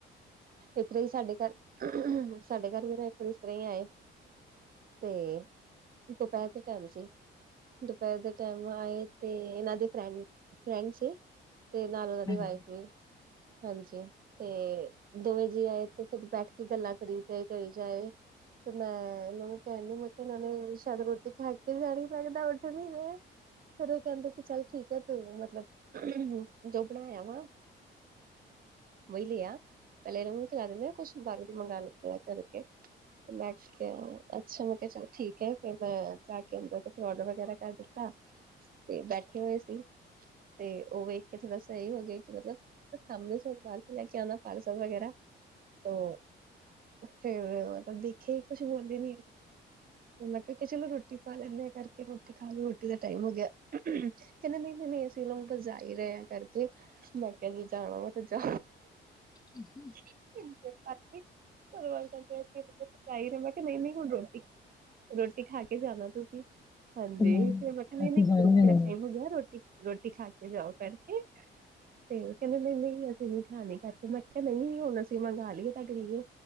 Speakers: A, on the right (about 45°); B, on the left (about 20°).
A: ਏਤਰਾ ਈ ਸਾਡੇ ਘਰ ਸਾਡੇ ਘਰ ਵੀ ਤਾਂ ਇੱਕ ਏਸ ਤਾ ਈ ਆਏ ਤੇ, ਦੁਪੈਰ ਦੇ ਟੈਮ ਸੀ ਦੁਪੈਰ ਦੇ ਟੈਮ ਆਏ ਤੇ ਏਨਾਂ ਦੇ ਫ੍ਰੈ ਫਰੈਂਡ ਸੀ ਤੇ ਨਾਲ ਓਨਾਂ
B: ਲੈਂਦੀ
A: ਦੀ ਵਾਈਫ ਵੀ, ਹਾਂਜੀ, ਤੇ ਦੋਵੇਂ ਜੀ ਆਏ ਤੇ ਫੇਰ ਬੈਠ ਕੇ ਗੱਲਾਂ ਕਰੀ ਗਏ ਕਰੀ ਜਾਏ ਤੇ ਮੈਂ ਏਨਾਂ ਨੂੰ ਕੈਣੀ ਮੈਂ ਕੇਆ ਏਨਾਂ ਨੂੰ ਛੈਦ ਰੋਟੀ ਖਾ ਕੇ ਜਾਣੀ ਲੱਗਦਾ ਉੱਠ ਨੀ ਰਏ ਫੇਰ ਓ ਕੈਂਦੇ ਕੀ ਚੱਲ ਠੀਕ ਤੂੰ ਮਤਲਬ ਜੋ ਬਣਾ ਏਆ ਆ ਵਈ ਲੇ ਆ ਪੈਲੇ ਏਨਾ ਨੂੰ ਖਲਾ ਦੇਨੇ ਆ ਕੁਛ ਬਾਰੋਂ ਦੀ ਮੰਗ ਲੈਨੇਆ ਕਰਕੇ ਮੈਂ ਅੱਛਾ ਮੈਂ ਚਲ ਠੀਕ ਐ ਫੇਰ ਮੈਂ ਜਾ ਕੇ ਅੰਦਰ ਫਰੋਡ ਵਗੈਰਾ ਕਟ ਦਤਾ ਤੇ ਬੈਠੇ ਹੋਏ ਸੀ, ਤੇ ਓ ਵੇਖ ਕੇ ਥੋੜਾ ਸਈ ਹੋ ਗੇ ਕੇ ਮਤਲਬ ਸਮਣੇ ਸਰ ਪਾਰਸਲ ਲੈ ਕੇ ਆਣਾ ਪਾਰਸਲ ਵਗੈਰਾ ਤੌ, ਫੇਰ ਮਤਲਬ ਦੇਖੇ ਕੁਛ ਬੋਲੇ ਨੀ ਮੈਂ ਕੇਆ ਚਲੋ ਰੋਟੀ ਖਾ ਲੈਂਨੇ ਕਰਕੇ ਰੋਟੀ ਖਾਲੋ ਰੋਟੀ ਦਾ ਟੈਮ ਹੋ ਗੇਆ ਕੈਂਦੇ ਨਈ-ਨਈ ਅਸੀਂ ਲੋਕ ਤਾਂ ਜਾ ਈ ਰਏ ਆਂ ਕਰਕੇ ਮੈਂ ਕੇਆ ਜੇ ਜਾਣਾ ਵਾ ਤੇ ਜਾ
B: <inaudible>
A: <unintelligible> <unintelligible> ਮੈ ਕੈਆ ਨਈ-ਨਈ ਹੁਣ ਰੋਟੀ, ਰੋਟੀ ਖਾ ਕੇ ਜਾਣਾ ਤੁਸੀਂ ਹਾਂਜੀ
B: ਹਾਂ
A: ਫੇਰ ਮੈਂ ਕੇਆ ਨੲ਼ਈ-ਨਈ
B: ਅਸੀਂ ਜਾਣ
A: ਰੋਟੀ
B: ਲੈਣਾ
A: ਦਾ ਟੈਮ ਹੋ ਗੇਆ ਰੋਟੀ ਰੋ ਰੋਟੀ ਖਾ ਕੇ ਜਾਓ ਭੈਣ ਕੇ ਤੇ ਕੈਂਦੇ ਨਈ-ਨਈ ਅਸੀਂ ਨੀ ਖਾਣੀ ਕਾਕੇ ਮੈਂ ਮੈ ਕੇਆ ਨਈ ਹੁਣ ਅਸੀਂ ਮੰਗਵਾ ਲੀਏ ਤੁਆਡੇ ਲੀਏ